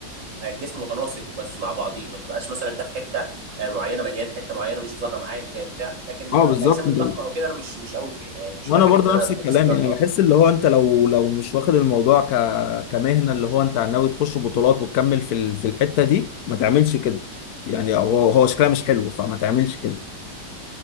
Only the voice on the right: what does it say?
الجسم متناسق بس مع بعضيه ما تبقاش مثلا انت في حته آه، معينه مليان حته معينه مش ظاهره معاك آه، بتاع لكن
آه،
الاجسام
الضخمه او كده انا مش مش قوي فيها يعني مش
بحب
ان انا
ابقى
جسم ضخم
أوي